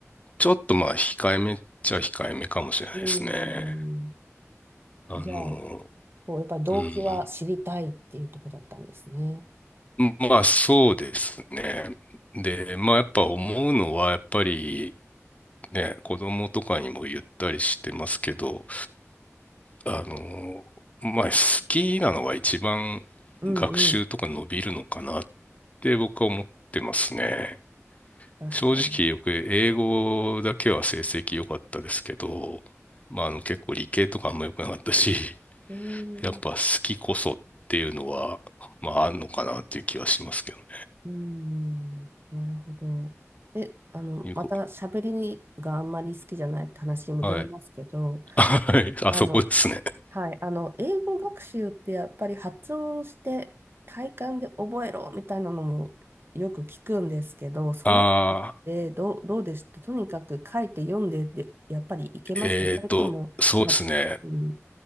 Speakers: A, on the left (about 30°); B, on the right (about 50°).
A: ちょっとまあ控えめっちゃ控えめかもしれないですね。
B: うーん。
A: あの、
B: じゃあ、こうやっぱり動機は知りたいっていうところだったんですね。
A: うん。まあそうですね。で、まあやっぱ思うのはやっぱりね、子供とかにも言ったりしてますけど、あの、まあ好きなのが一番学習とか伸びるのかなっ
B: うんうん。
A: て僕は思ってますね。
B: 確かに。
A: 正直よく英語だけは成績良かったですけど、まああの結構理系とかあんま良くなかったし、<laughs>
B: えー
A: やっぱ好きこそっていうのは、まああんのかなっていう気はしますけどね。
B: うーん、なるほど。で、あの、
A: いうこ
B: また喋りがあんまり好きじゃないって話に戻りますけど、
A: はい。はい。あそこですね。
B: あの、はい、あの、英語学習ってやっぱり発音して体感で覚えろみたいなのもよく聞くんですけど、そのあ
A: ああ、
B: でどう、どうでしたとにかく書いて読んでで、やっぱりいけましたそれとも、
A: えっと、そうですね。
B: あうん、